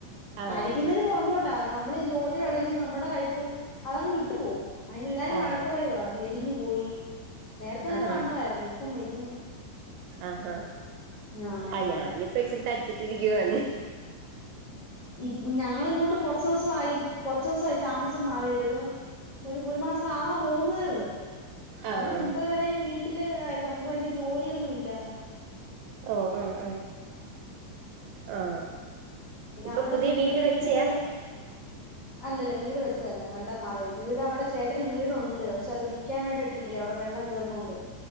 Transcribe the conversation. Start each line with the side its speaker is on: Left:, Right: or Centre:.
Right: ആഹ്
Left: കഴിക്കുന്നതിന് പുറമോട്ടാ നമ്മളീ ഈ ജോലി ഇടക്ക് നമ്മുടെ കഴിപ്പ് അതങ്ങ് വിട്ടു പോകും അയിന്ല്ലാരും
Right: ആഹ്
Left: വഴക്ക് പറയുവാ മെലിഞ്ഞു പോയി നേരത്തെ നല്ല
Right: ആഹ്
Left: വണ്ണവായിരുന്നു ഇപ്പം മെലിഞ്ഞ്
Right: ആഹാ
Left: ആഹ്
Right: ആ ഞാനിപ്പ ഇച്ചിരി തടിച്ചിട്ടിരിക്കുവായാണ്
Left: ഇപ് ഞങ്ങള് ഇങ്ങോട്ട് കുറച്ചു ദിവസവായി കുറച്ച് ദിവസായി താമസം മാറിയിട്ട് ഒരു ഒരു മാസം ആവാൻ പോകുന്നതേ ഉള്ളൂ അതിന്
Right: ആഹ്
Left: മുമ്പേ വരെ വീട്ടില് ആയിരുന്നു നമുക്ക് വല്യ ജോലിയൊന്നുല്ല
Right: ഓ ആഹ് ആഹ് ആ
Left: പിന്നെ
Right: ഇപ്പൊ
Left: നമ്മുടെ
Right: പുതിയ
Left: തുണികളും
Right: വീട്
Left: കഴുകി
Right: വെച്ചയാ
Left: കുട്ടികളുടെ അല്ലല്ല വീട് വെച്ചതല്ല നല്ല മാറിയത് വീട് അവിടെ ചേട്ടന് വീടു ണ്ട് പക്ഷെ അത് വിക്കാനായിട്ട് ഇട്ടിരിക്ക അവിടെ വെള്ളം കേറുന്നൊണ്ട്